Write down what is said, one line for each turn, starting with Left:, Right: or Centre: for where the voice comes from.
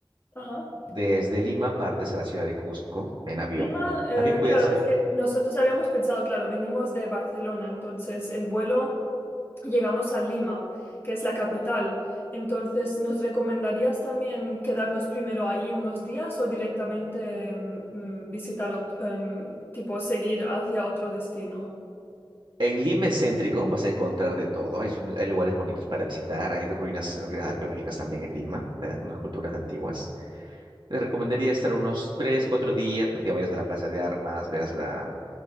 Left: ajá.
Right: Desde Lima partes a la ciudad de Cusco en avión.
Left: Lima, eh,
Right: También puedes
Left: claro, es
Right: ir.
Left: que nosotros habíamos pensado, claro, venimos de Barcelona, entonces el vuelo... llegamos a Lima, que es la capital. Entonces, ¿nos recomendarías también quedarnos primero ahí unos días o directamente mm, mm, visitar, ot- em, tipo, seguir hacia otro destino?
Right: En Lima es céntrico, vas a encontrar de todo. Hay, su- hay lugares bonitos para visitar. Hay ruinas, ruinas arqueológicas también en Lima, de unas culturas antiguas. Te recomendaría estar unos tres, cuatro días para que vayas a la Plaza de Armas, veas la,